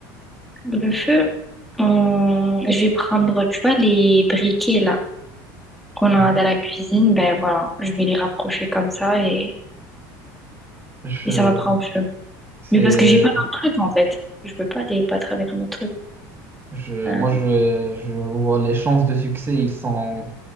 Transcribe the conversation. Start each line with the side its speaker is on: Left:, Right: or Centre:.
Centre: Le feu. on- Je vais prendre, tu vois, les briquets là qu'on
Right: Mhm.
Centre: a dans la cuisine. Ben voilà, je vais les rapprocher comme ça et,
Right: Je,
Centre: et ça va prendre feu.
Right: c'est
Centre: Mais parce que j'ai pas notre truc en fait. Je peux pas les battre avec un autre truc.
Right: Je,
Centre: Euh,
Right: moi, je, je vois les chances de succès, ils sont,